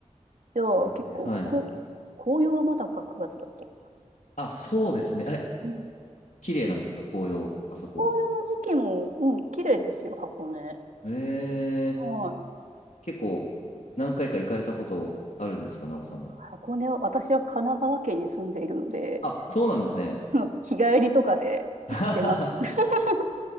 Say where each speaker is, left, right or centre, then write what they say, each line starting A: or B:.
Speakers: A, on the right; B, on the left.
A: じゃあ結構、
B: なんで、はい。
A: こ、紅葉はまだか9月だと。
B: あ、そうですね。え、
A: うん
B: 綺麗なんですか紅葉、あそこ。
A: 紅葉の時期も、うん、綺麗ですよ、箱根。
B: え
A: はい。
B: ー、結構何回か行かれたことあるんですかなおさんも。
A: 箱根は、私は神奈川県に住んでいるので、
B: あ、そうなんですね。
A: <laughs> 日帰りとかで行ってます。
B: <laughs> あははは
A: <laughs>